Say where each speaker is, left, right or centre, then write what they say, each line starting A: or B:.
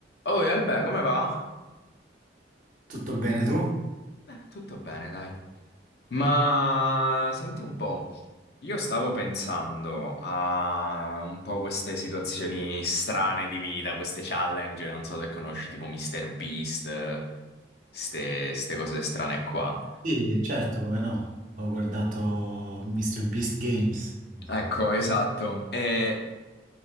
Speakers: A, on the left (about 60°); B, on the right (about 45°).
A: Oh, e Albe, come va?
B: Tutto bene tu?
A: Eh, tutto bene, dai. Ma senti un po', io stavo pensando a un po' queste situazioni strane di vita, queste challenge, non so se conosci tipo Mr. Beast, ste, ste cose strane qua.
B: Sì, certo, come no. Ho guardato Mr. Beast Games. Non
A: Ecco,
B: so se...
A: esatto. Eh,